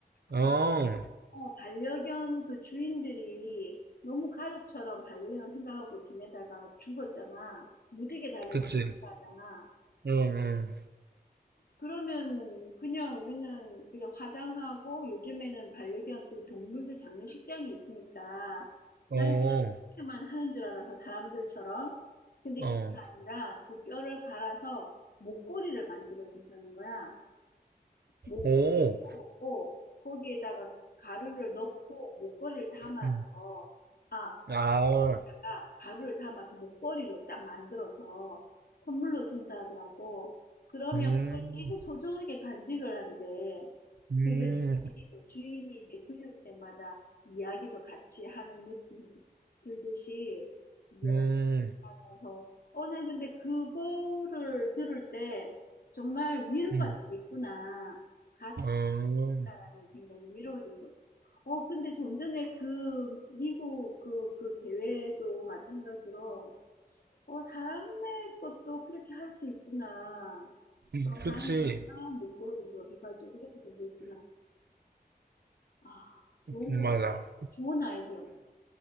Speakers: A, on the right; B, on the left.
A: 어,
B: 그 어, 반려견 그 주인들이 너무 가족처럼 반려견을 생각하고 지내다가 죽었잖아. 무지개 다리를
A: 그치.
B: 건넜다 하잖아.
A: 응, 응.
B: 그러면 그냥 우리는 그냥 화장하고 요즘에는 반려견 그 동물들 장례식장이 있으니까
A: 어,
B: 나는 그냥 그렇게만 하는 줄 알아서 사람들처럼. 근데
A: 어.
B: 그게 아니라 그 뼈를 갈아서 목걸이를 만들어 준다는 거야. 목걸이로
A: 오.
B: 어, 거기에다가 가루를 넣고 목걸이를 담아서
A: 음.
B: 아,
A: 아,
B: 다가 가루를 담아서 목걸이로 딱 만들어서 선물로 준다 하더라고. 그러면
A: 음,
B: 그걸 되게 소중하게 간직을 한대.
A: 음,
B: 그리고 이야기도 주인이 이제 그릴 때마다 이야기도 같이 하는 느낌 들듯이 이야기
A: 음,
B: 하면서 오늘 근데 그거를 들을 때 정말 위로가
A: 음.
B: 되겠구나. 같이
A: 어.
B: 있다라는 생각이 위로가 되고 어, 근데 좀 전에 그 미국 그, 그 대회도 마찬가지로, 어, 사람의 것도 그렇게 할 수 있구나.
A: 음,
B: 그럼 반지나
A: 그치.
B: 목걸이로 해가지고 해도 되겠구나. 아, 좋은
A: 맞아.
B: 것 같아. 좋은 아이디어인 것 같아.